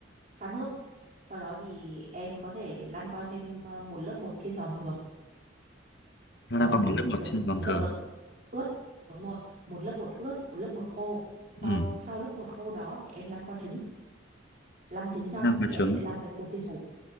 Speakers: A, on the right; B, on the left.
A: pha nước sau đó thì em có thể lăn qua thêm ờ, một lớp bột chiên giòn thường
B: chúng
A: hiểu
B: ta
A: không
B: còn một
A: một lớp
B: lớp
A: bột
B: bột
A: lục
B: chiên giòn
A: một
B: thường
A: lớp bột ướt đúng rồi một lớp bột ướt một lớp bột khô sau
B: ừ
A: sau lớp bột khô đó thì em lăn qua trứng lăn trứng xong
B: chúng ta có
A: thì
B: trứng
A: em sẽ lăn với các bột chiên xù